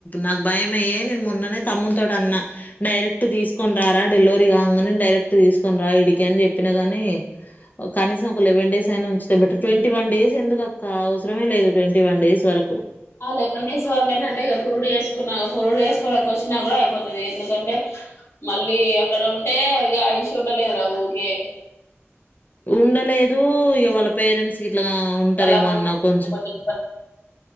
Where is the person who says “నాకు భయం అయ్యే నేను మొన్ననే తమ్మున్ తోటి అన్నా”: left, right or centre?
Left